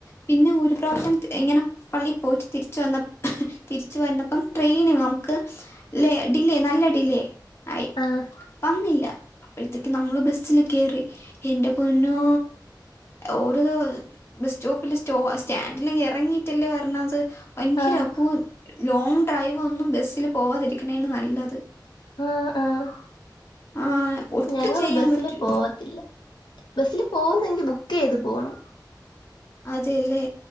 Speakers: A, on the left; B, on the left.
A: പിന്നെ ഒരു പ്രാവശ്യം ഇങ്ങനെ പള്ളീ പോയിട്ട് തിരിച്ചു വന്ന തിരിച്ചു വന്നപ്പം ട്രെയിനി നമുക്ക് ലേ ഡിലേ നല്ല ഡിലേ ആയി
B: ആഹ്
A: വന്നില്ല അപ്പഴത്തേക്ക് നമ്മള് ബസ്സില് കേറി എന്റെ പൊന്നോ ഓരോ ബസ് സ്റ്റോപ്പില് സ്റ്റോ സ്റ്റാൻഡിലും എറങ്ങിയിട്ടല്ലേ വരണത് ഭയങ്കര
B: ആഹ്
A: അപ്പൂ ലോങ് ഡ്രൈവ് ഒന്നും ബസ്സിൽ പോവാതിരിക്കണണേണ് നല്ലത്
B: ആഹ് ആഹ്
A: ആ ഒട്ടും
B: ഞങ്ങള്
A: ചെയ്യാൻ
B: ബസില്
A: പറ്റും
B: പോവത്തില്ല ബസ്സില് പോവുന്നെങ്കിൽ ബുക്ക് ചെയ്ത് പോണം
A: അതേലെ